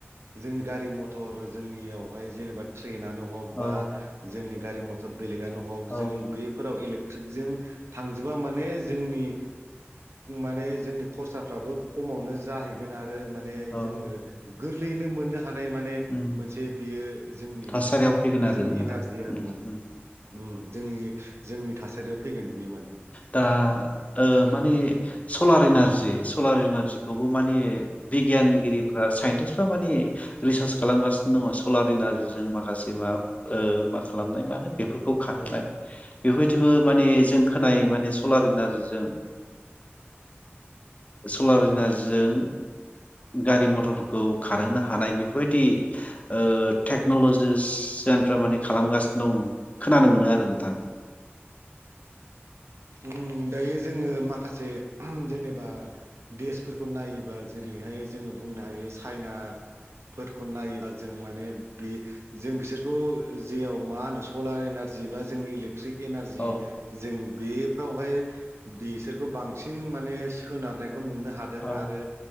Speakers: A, on the right; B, on the left.
A: जोंनि गारि मथर जोंनियावहाय जेनेबा ट्रेनानो हक
B: औ
A: बा जोंनि गारि मथर बेलेगआनो
B: औ
A: जों बेफोराव इलेक- ट्रिकजों थांजोबा माने जोंनि माने जोंनि खरसाफ्राबो खमावनो जाहैगोन आरो माने
B: औ
A: जोङो गोरलैयैनो मोननो हा- नाय माने
B: उम
A: मोनसे बियो जोंनि
B: थासारियाव फैगोन
A: बे
B: आरो
A: जों
B: उम
A: एनारजि आरो माने
B: उम
A: उम जोंनि जोंनि थासारियाव फैगोन बेयो माने
B: दा ओ माने सलार इनारजि सलार इनारजिखौबो माने बिगियानगिरिफ्रा साइन्टिस्टफ्रा माने रिसार्च खालामगासिनो दङ सलार इनारजिजों माखासे मा ओ मा खालामनाय मानो बेफोरखौ खार- होनाय बेफोरबायदिबो माने जों खोनायो
A: नों
B: माने सलार इनारजिजों सलार इनारजिजों गारि मथरफोरखौ खारहोनो हानाय बेफोरबायदि ओ टेक्नलजिस सिगानफोरा माने खालामगासिनो दं खोनानो मोनो आरो नोंथां
A: उम दायो जोङो माखासे जेनेबा देसफोरखौ नायोबा जेरै बेहाय जोङो बुंनो हायो चाइना फोरखौ नायोबा जों माने बे जों बिसोरखौ जेयाव मा होनो सलार एनारजि जिबा जों इलेकट्रिक एनारजि
B: औ
A: जों बे फ्रोवहाय बिसोरखौ बांसिन माने सोनारनाय खौ नुनो हादों
B: औ
A: आरो